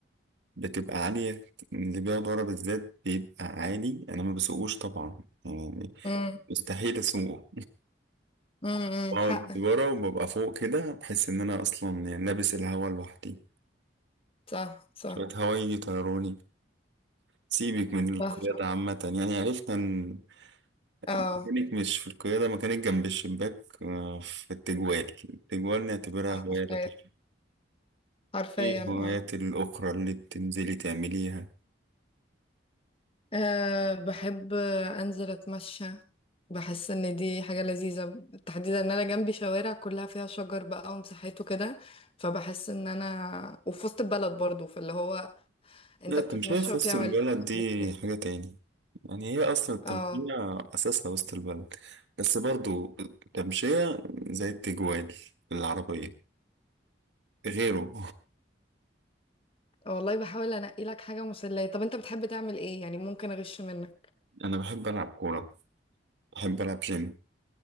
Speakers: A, on the right (about 75°); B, on the left (about 30°).
A: بتبقى عالية اللي بيقعد ورا بالذات بيبقى عالي أنا ما بسوقوش طبعا يعني
B: امم
A: مستحيل أسوقه
B: امم
A: بقعد
B: حقك
A: ورا وببقى فوق كده بحس إن أنا أصلا يعني لابس الهوا لوحدي
B: صح صح
A: شوية هوا يجي يطيروني سيبك من القيادة
B: صح صح
A: عامة يعني عرفنا إن
B: اه
A: مكانك مش في القيادة مكانك جنب الشباك آه، في التجوال التجوال نعتبرها
B: صح،
A: هواية
B: حرفيا
A: لطيفة
B: حرفيا
A: ايه الهوايات
B: اه
A: الأخرى اللي بتنزلي تعمليها؟
B: أه بحب أنزل أتمشى بحس إن دي حاجة لذيذة تحديدا إن أنا جنبي شوارع كلها فيها شجر بقى ومساحات وكده فبحس إن أنا وفي وسط البلد برضو فاللي هو أنت
A: لا التمشية
B: بتتمشى
A: في
B: وفيها
A: وسط البلد
B: عوال- حواليك
A: دي حاجة تاني يعني هي أصلا التمشية
B: اه
A: أساسها وسط البلد بس برضو التمشية زي التجوال العربية غيره
B: والله بحاول أنقي لك حاجة مسلية طب أنت بتحب تعمل إيه يعني ممكن أغش منك
A: <laughs> أنا بحب ألعب كورة بحب ألعب جيم